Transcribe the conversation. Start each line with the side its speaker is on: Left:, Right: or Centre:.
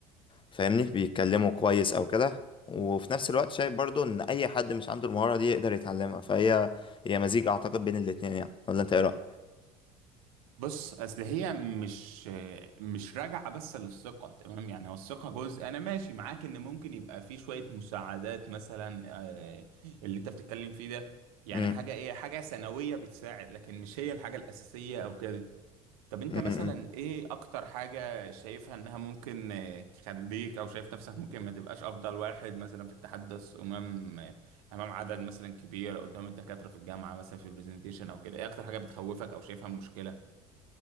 Left: فاهمني بيتكلموا كويس أو كده وفي نفس الوقت شايف برضو إن أي حد مش عنده المهارة دي يقدر يتعلمها فهي هي مزيج أعتقد بين الاتنين يعني ولا أنت إيه رأيك؟
Right: بص اصل هي مش آه، مش راجعة بس للثقة تمام يعني هو الثقة جزء انا ماشي معاك ان ممكن يبقى في شوية مساعدات مثلا آه، اللي انت بتتكلم فيه ده يعني
Left: م-
Right: حاجة ايه حاجة ثانوية بتساعد لكن مش هي الحاجة الأساسية او كده طب انت
Left: م-
Right: مثلا
Left: م.
Right: ايه اكتر حاجة شايفها انها ممكن آه، تخليك او شايف نفسك ممكن ما تبقاش افضل واحد مثلا في التحدث امام آه، امام عدد مثلا كبير أو قدام الدكاترة في الجامعة مثلا في برزنتيشن او كده ايه اكتر حاجة بتخوفك او شايفها مشكلة